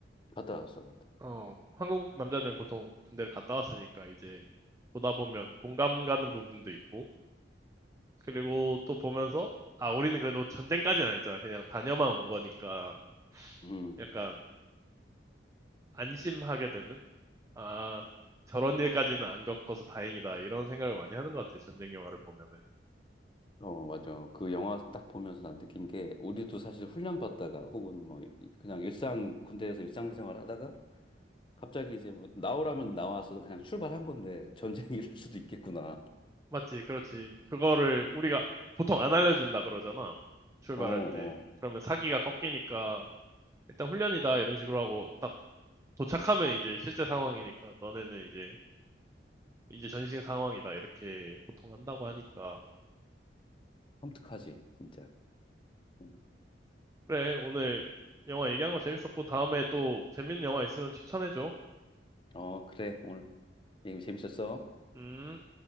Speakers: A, on the left; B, on the right.
A: 갔다 왔어, 갔다.
B: 어. 한국 남자들은 보통 군대를 갔다 왔으니까 이제 보다 보면 공감 가는 부분도 있고 그리고 또 보면서, 아, 우리는 그래도 전쟁까지는 안 했잖아. 그냥 다녀만 온 거니까
A: 음.
B: 약간 안심하게 되는? 아, 저런 일까지는 안 겪어서 다행이다. 이런 생각을 많이 하는 것 같아. 전쟁 영화를 보면은.
A: 어, 맞아. 그 영화 딱 보면서 난 느낀 게, 우리도 사실 훈련 받다가, 혹은 뭐, 이- 그냥 일상, 군대에서 일상생활 하다가, 갑자기 이제 뭐 나오라면 나와서 그냥 출발한 건데 전쟁일 <laughs> 수도 있겠구나.
B: 맞지, 그렇지. 그거를 우리가 보통 안 알려준다 그러잖아. 출발할
A: 어, 어.
B: 때. 그러면 사기가 꺾이니까 일단 훈련이다. 이런 식으로 하고 딱 도착하면 이제 실제 상황이니까 너네는 이제 이제 전신 상황이다. 이렇게 보통 한다고 하니까.
A: 섬뜩하지, 진짜. 음.
B: 그래, 오늘 영화 얘기한 거 재밌었고, 다음에 또 재밌는 영화 있으면 추천해줘.
A: 어, 그래. 오늘 얘기 재밌었어.
B: 음.